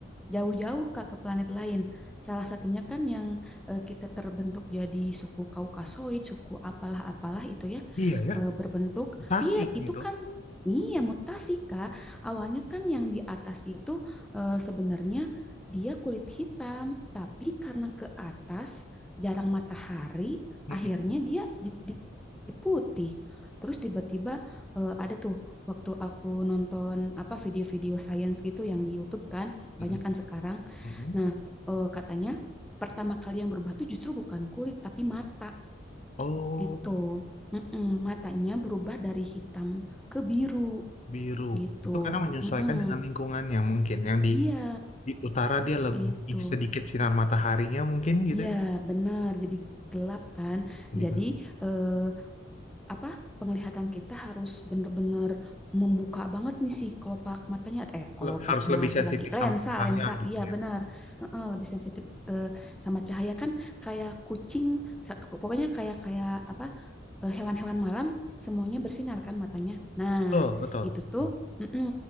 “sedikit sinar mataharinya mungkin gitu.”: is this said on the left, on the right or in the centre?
Left